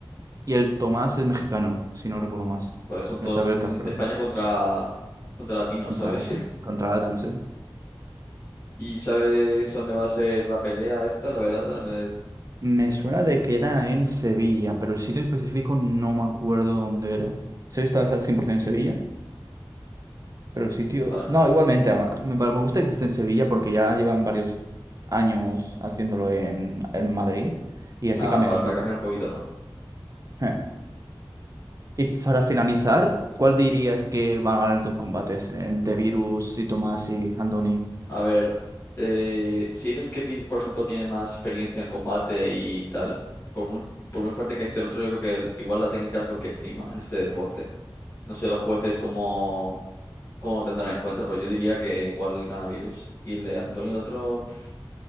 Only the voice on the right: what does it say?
y el Tomás es mexicano, si no recuerdo más.
El
Sabelcas,
perdón.
Contra
la,
contra la Adams, ¿eh?
Me
suena de que era en Sevilla, pero el sitio específico no me acuerdo dónde era. Sé que estaba al 100% en Sevilla, pero el sitio...
No, igualmente, a- me, me gusta que esté en Sevilla porque ya llevan varios años haciéndolo en, en Madrid y así
cambia
de
sitio.
<laughs> Y para finalizar, ¿cuál dirías que van a ganar los dos combates? En The Virus y Tomás y Andoni.